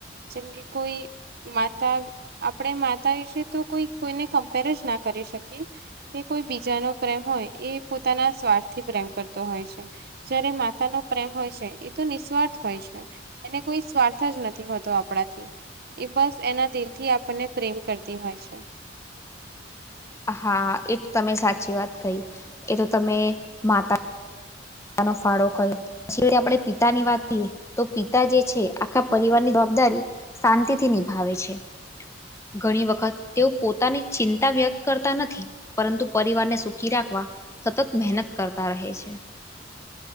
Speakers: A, on the right; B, on the left.
A: જેમ કે કોઈ માતા આપણે માતા વિશે તો કોઈ કોઈને કમ્પેરજ ના કરી શકીએ કે કોઈ બીજાનો પ્રે હોય એ પોતાના સ્વાર્થથી પ્રેમ કરતો હોય છે જયારે માતાનો પ્રેમ હોય છે એ તો નિ નિસ્વાર્થ હોય છે એને કોઈ સ્વાર્થ જ નથી હોતો આપણાથી એ બસ એના દિલ થી આપણને પ્રેમ કરતી હોય છે
B: હા એ તમે સાચી વાત કહી એ તો તમે માતા નો ફાળો કયો છે આપણે પિતાની વાત કહીએ તો પિતા જે છે આખા પરિવારની બદારી શાંતિથી નિભાવે છે. ઘણી વખત તેઓ પોતાની ચિંતા વ્યક્ત કરતા નથી પરંતુ પરિવારને સુખી રાખ વા સતત મહેનત કરતા રહે છે.